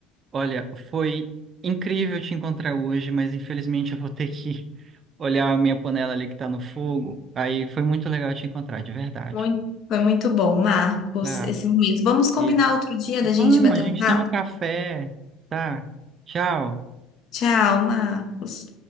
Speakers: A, on the right; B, on the left.
A: Olha, foi incrível te encontrar hoje, mas infelizmente eu vou ter que <laughs> olhar a minha panela ali que tá no fogo. Aí foi muito legal te encontrar, de verdade.
B: Muito, foi muito bom, Marcos,
A: Tá,
B: esse momento. Vamos combinar
A: isso.
B: outro dia
A: Vamos,
B: da gente bater
A: a gente
B: um papo?
A: toma um café. Tá, tchau.
B: Tchau, Marcos.